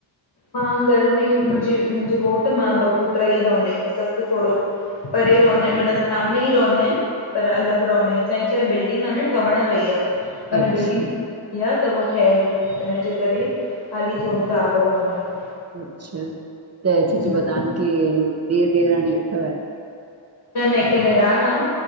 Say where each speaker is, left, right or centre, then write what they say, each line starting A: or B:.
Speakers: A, on the left (about 50°); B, on the right (about 35°).
A: मां घर में मुंहिंजी मुंहिंजो घोट मां बबु टई रहंदा आहियूं ससु थोरो परे रोहे मताना सामे ई <unintelligible> रहंदा आहिनि पर अलॻि रहंदा आहिन असांजी छाहे बिल्डिंग आहे न ठहण वई आहे माना
B: अच्छा
A: बिल्डिंग इ त उहा ठहे थी इनजे करे हाली थोरो धार रहंदा आहिन
B: अच्छा त छा चइबो
A: न
B: तव्हांखे ॾेर ॾेराणी अथव
A: न हिकु निराण आहे